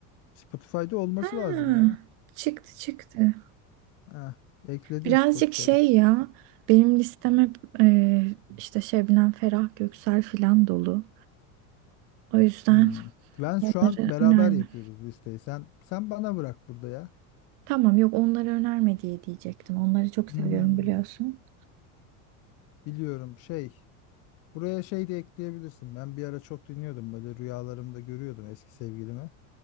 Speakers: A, on the left (about 35°); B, on the right (about 45°).
A: Spotify'da olması
B: Ha,
A: lazım ya.
B: çıktı çıktı.
A: Heh, ekledin
B: Birazcık
A: Spotify.
B: şey ya, benim listem hep e, işte Şebnem Ferah, Göksel filan dolu. O yüzden
A: Hmm. Ben
B: onları
A: şu an beraber
B: önerme.
A: yapıyoruz listeyi. Sen sen bana bırak burada ya.
B: Tamam yok onları önerme diye diyecektim. Onları çok seviyorum
A: Hı hı hı.
B: biliyorsun.
A: Biliyorum şey. Buraya şey de ekleyebilirsin. Ben bir ara çok dinliyordum böyle rüyalarımda görüyordum eski sevgilimi.